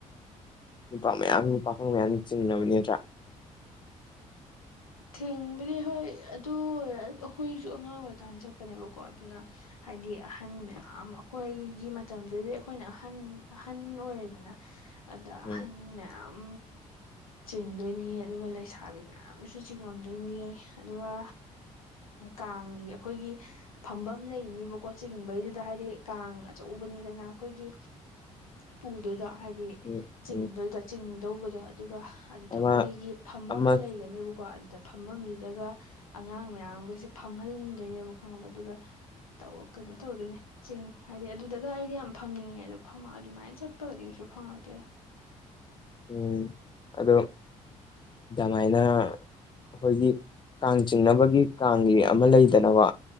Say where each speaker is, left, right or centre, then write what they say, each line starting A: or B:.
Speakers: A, on the left; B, on the left.
A: ꯅꯨꯄꯥ ꯃꯌꯥꯝ ꯄꯥꯈꯪ ꯃꯌꯥꯝ ꯆꯤꯡꯅꯕꯅꯤ ꯅꯠꯇ꯭ꯔꯥ
B: ꯊꯦꯡꯕꯗꯤ ꯍꯣꯏ ꯑꯗꯨ ꯑꯩꯈꯣꯏꯁꯨ ꯑꯉꯥꯡ ꯑꯣꯏꯔꯤꯀꯥꯟꯗ ꯆꯠꯄꯅꯦꯕꯀꯣ ꯑꯗꯨꯅ ꯍꯥꯏꯗꯤ ꯑꯍꯟ ꯃꯌꯥꯝ ꯑꯩꯈꯣꯏꯒꯤ ꯃꯇꯝꯗꯨꯗꯤ ꯑꯩꯈꯣꯏꯅ ꯑꯍꯟ ꯑꯍꯟ ꯑꯣꯏꯔꯦꯗꯅ ꯑꯗ
A: ꯎꯝ
B: ꯑꯍꯟ ꯃꯌꯥꯝ ꯆꯤꯡꯗꯣꯏꯅꯤ ꯑꯗꯨꯒ ꯂꯩꯁꯥꯕꯤ ꯃꯌꯥꯝ ꯁꯨꯆꯤꯡ ꯉꯝꯗꯣꯏꯅꯤ ꯑꯗꯨꯒ ꯀꯥꯡꯒꯤ ꯑꯩꯈꯣꯏꯒꯤ ꯐꯝꯕꯝ ꯂꯩꯅ‌ꯦꯕꯀꯣ ꯆꯤꯡꯕꯩꯗꯨꯗ ꯍꯥꯏꯗꯤ ꯀꯥꯡ ꯑꯆꯧꯕꯅꯤꯗꯅ ꯑꯩꯈꯣꯏꯒꯤ ꯄꯨꯗꯨꯗꯣ ꯍꯥꯏꯗꯤ
A: ꯎꯝ
B: ꯆꯤꯡꯗꯣꯏꯗꯣ
A: ꯎꯝ
B: ꯆꯤꯡꯗꯧꯕꯗꯣ ꯑꯗꯨꯒ ꯑꯗꯨꯗ
A: ꯑꯃ
B: ꯑꯩꯈꯣꯏꯒꯤ ꯐꯝꯕꯝꯒ
A: ꯑꯃ
B: ꯂꯩꯒꯅꯦꯕ ꯀꯣ ꯑꯗꯨꯗ ꯐꯝꯐꯝꯗꯨꯗꯒ ꯑꯉꯥꯡ ꯃꯌꯥꯝꯒꯁꯦ ꯐꯝꯍꯟꯗꯣꯏꯅꯦꯕ ꯈꯪꯉꯕ ꯑꯗꯨꯒ ꯇꯧꯑꯣ ꯀꯩꯅꯣ ꯇꯧꯗꯣꯏꯅꯦ ꯆꯤꯡ ꯍꯥꯏꯗꯤ ꯑꯗꯨꯗꯒ ꯑꯩꯗꯤ ꯌꯥꯝ ꯐꯝꯅꯤꯡꯉꯦ ꯑꯗꯣ ꯐꯝ ꯑꯗꯨꯃꯥꯏꯅ ꯆꯠꯄꯒꯗꯤ ꯀꯩꯁꯨ ꯐꯪꯉꯛꯇꯦꯗ
A: ꯎꯝ ꯑꯗꯣ ꯑꯗꯨꯃꯥꯏꯅ ꯑꯩꯈꯣꯏꯒꯤ ꯀꯥꯡ ꯆꯤꯡꯅꯕꯒꯤ ꯀꯥꯡꯒꯤ ꯑꯃ ꯂꯩꯗꯅꯕ